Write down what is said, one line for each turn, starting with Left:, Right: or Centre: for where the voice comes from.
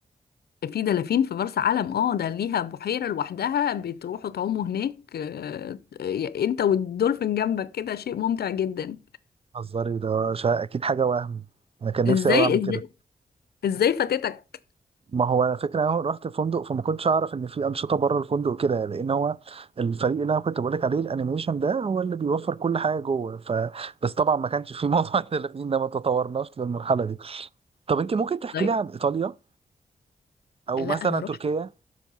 Left: في دلافين في مرسى علم اه ده ليها بحيرة لوحدها بتروحوا تعوموا هناك آه، آه، انت والدولفين جنبك كده شيء ممتع جدا
Right: هزاري ده شا... اكيد حاجه وهم انا كان نفسي
Left: ازاي
Right: قوي اعمل
Left: ازاي
Right: كده
Left: ازاي فاتتك
Right: ما هو انا فكره انا رحت فندق فما كنتش اعرف ان في انشطه بره الفندق كده لان هو الفريق اللي انا كنت بقولك عليه الانيميشن ده هو اللي بيوفر كل حاجه جوه ف بس طبعا ما كانش في موضوع <laughs> الدلافين ده ما تطورناش للمرحله دي طب انت ممكن تحكي
Left: طيب
Right: لي عن ايطاليا او
Left: لا
Right: مثلا
Left: انا
Right: تركيا